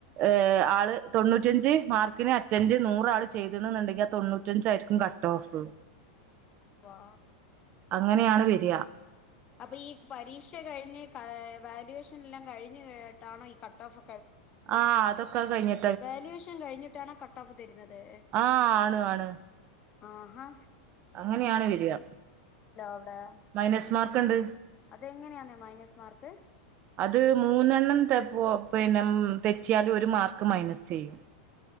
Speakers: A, on the right; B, on the left.
A: ഏ ആള് തൊണ്ണൂറ്റിഞ്ച് മാർക്കിന് അറ്റൻറ് നൂറ ആള് ചെയ്തണ എന്നുണ്ടെങ്കി ആ തൊണ്ണൂറ്റഞ്ച ആയിരിക്കും കട്ട് ഓഫ്
B: വാ
A: അങ്ങനെയാണ് വര
B: അപ്പൊ ഈ പരീക്ഷ കഴിഞ് വാല്യുവേഷൻ എല്ലാം കഴി <unintelligible> കേട്ടണ ഈ കട്ട ഓഫ്
A: ആഹ അതൊക്കെ കഴിഞ്ഞി
B: വേല് വഷം കഴിഞ്ഞിട്ടണോ കട്ടഓഫ് തരുന്നത്
A: ആ ആണ് ആണ്
B: അ ഹാ
A: അങ്ങനെയാണ് വരിക
B: അവിടെ
A: മൈനസ് മാർക്ക് ഉണ്ട്
B: അതെങ്ങനെയാന്നേ മൈനസ് മാർക്ക്
A: അത് മൂന്നെണ്ണം തപ്പോ അപ്പന്നെ തെറ്റില് ഒരു മാർക്ക് മൈനസ് ചെയ്യും